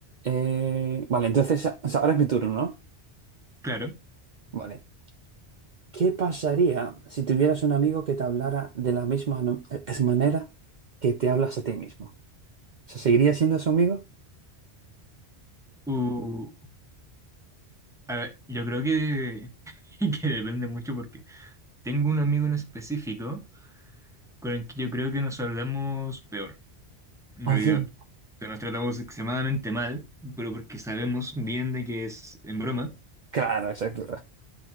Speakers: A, on the right; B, in the centre.
A: Eh, vale, entonces o sea, ahora es mi turno, ¿no?
B: claro.
A: Vale. ¿Qué pasaría si tuvieras un amigo que te hablara de la misma no- eh, es manera que te hablas a ti mismo? ¿Se seguiría siendo su amigo?
B: O, a ver, yo creo que, <laughs> que depende mucho porque tengo un amigo en específico con el que yo creo que nos hablamos peor, en
A: Ah,
B: realidad.
A: sí.
B: O sea, nos tratamos extremadamente mal, pero porque sabemos bien de que es en broma.
A: Claro, exacto.